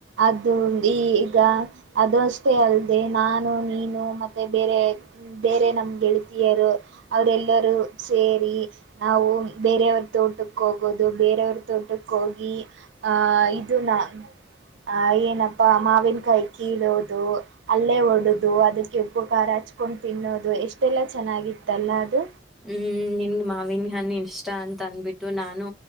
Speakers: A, on the right (about 90°); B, in the centre.
A: ಅದು ಈ. ಈಗ ಅದುಷ್ಟೇ ಅಲ್ಲದೆ ನಾನು ನೀನು ಮತ್ತೆ ಬೇರೆ ಬೇರೆ ನಮ್ಗೆ. ತರು ಅವರೆಲ್ಲರೂ ಸೇರಿ. ನಾವು ಬೇರೆಯವ್ರ ತೋಟಕ್ಕೆ ಹೋಗೋದು ಬೇರೆಯವ್ರ ತೋಟಕ್ಕೆ ಹೋಗಿ ಆಹ ಇದು ನಾ. ಹ. ಅಹ ಏನಪ್ಪಾ ಮಾವಿನಕಾಯಿ ಕೀಳೋುದು ಅಲ್ಲೇ ಒಡದು ಅದಕ್ಕೆ ಉಪಕಾರ. ಹಚ್ಕೊಂಡು ತಿನ್ನೋದು ಎಷ್ಟೆಲ್ಲ ಚೆನ್ನಾಗಿತ್ತಲ್ಲ ಅದು.
B: ಹ್ಮ್ ನಿನ್ ಮಾವಿನ ಹಣ ಇಷ್ಟ ಅಂತ ಅಂದಬಿಟ್ಟು ನಾನು